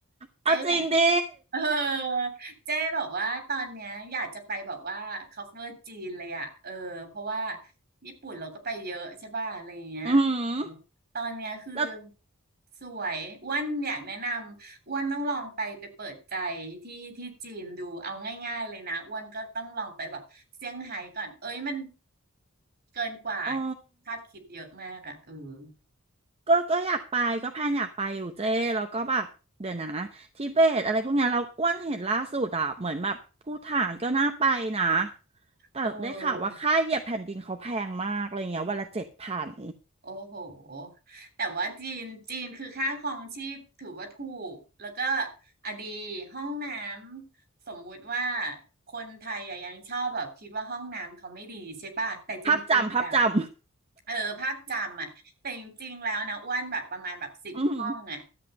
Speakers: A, on the right; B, on the right.
A: เอาจริงดิ
B: เจ้อยาก เออเจ๊แบบว่าตอนเนี้ยอยากจะไปแบบว่า cover จีนเลยอ่ะเออเพราะว่าญี่ปุ่นเราก็ไปเยอะใช่ป่ะอะไรอย่างเงี้ย
A: <laughs> อืม
B: อืมตอนเนี้ยคือ
A: แล้ว
B: สวยอ้วันอยากแนะนำอ้วันต้องลองไปไปเปิดใจที่ที่จีนดูเอาง่ายๆเลยนะอ้วันก็ต้องลองไปแบบเซี่ยงไฮ้ก่อนเอ้ยมันเกินกว่า
A: อ๋อ
B: คาดคิดเยอะมากอ่ะเออ
A: ก็ก็อยากไปก็แพลนอยากไปอยู่เจ้แล้วก็แบบเดี๋ยวนะทิเบตอะไรพวกเนี้ยเราอ้วนเห็นล่าสุดอ่ะเหมือนแบบภูฏานก็น่าไปนะ แต่ได้ข่าวว่าค่าเหยียบแผ่นดินเขาแพงมากอะไรเงี้ยวันละเจ็ดพัน
B: เออ โอ้โห แต่ว่าจีน จีนคือค่าครองชีพถือว่าถูก แล้วก็อะดีห้องน้ำสมมุติว่าคนไทยอะยังชอบแบบคิดว่าห้องน้ำเขาไม่ดีใช่ป่ะแต่จริงๆแล้ว
A: ภาพจำภาพจำ
B: เออภาพจำอ่ะแต่จริงๆแล้วนะอ้วนแบบประมาณแบบสิบห้องอ่ะ
A: <laughs> อืม